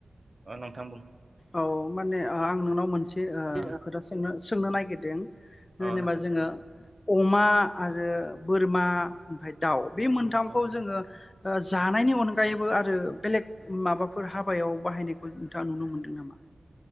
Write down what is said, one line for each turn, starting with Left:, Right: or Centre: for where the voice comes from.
Right: नोंथां बुं
Left: औ माने आं नोंनाव मोनसे
Right: औ
Left: खोथा सोंनो सों नो नागिरदों
Right: नोंथां
Left: जेनेबा जोंङो अमा आरो बोरमा ओमफ्राय दाउ बे मोनथामखौ
Right: औ
Left: जोंङो जानायनि अनगायैबो आरो बेलेग माबाफोर हाबायाव बाहायनायखौ नोंथांङा नुनो मोनदों नामा